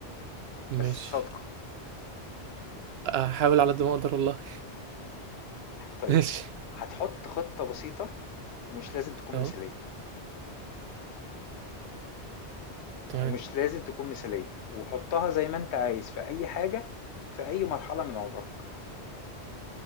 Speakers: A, on the right; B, on the left.
A: <laughs>
B: بس
A: ماشي
B: صادقة.
A: احاول على قد ما اقدر والله
B: طيب،
A: <laughs> ماشي
B: هتحط خطة بسيطة ومش لازم تكون
A: اه
B: مثالية
A: تمام
B: ومش لازم تكون مثالية وحطها زي ما أنت عايز في أي حاجة في أي مرحلة من عمرك.